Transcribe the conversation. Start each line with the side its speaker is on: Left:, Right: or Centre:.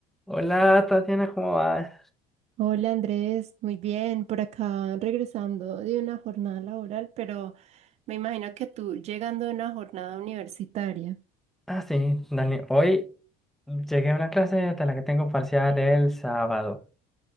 Centre: Hola Tatiana, ¿cómo vas?
Right: Hola Andrés, muy bien, por acá regresando de una jornada laboral, pero me imagino que tú llegando de una jornada universitaria.
Centre: Ah, sí, dale. Hoy llegué a una clase de la que tengo parcial el sábado.